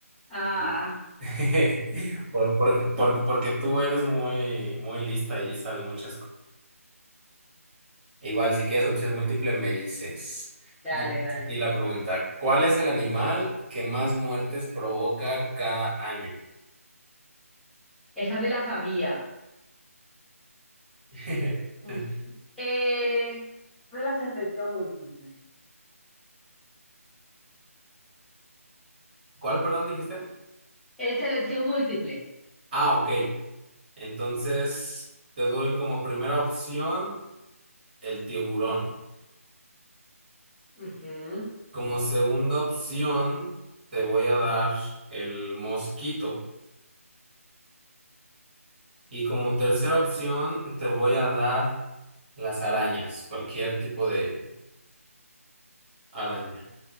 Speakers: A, in the centre; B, on the right.
A: Ah,
B: Sí. <laughs> Por- por- por- porque tú eres muy, muy lista y sabes muchas Igual, si quieres opción múltiple me dices.
A: dale,
B: Dice
A: dale,
B: así
A: está
B: la
A: bien.
B: pregunta, ¿cuál es el animal que más muertes provoca cada año?
A: Esa me la sabía.
B: <laughs>
A: Mm. Eh, De la selección múltiple.
B: ¿Cuál, perdón, dijiste?
A: es selección múltiple.
B: Ah, ok. Entonces, te doy como primera opción el tiburón.
A: Ujú.
B: Como segunda opción, te voy a dar el mosquito. Y como tercera opción, te voy a dar las arañas, cualquier tipo de araña.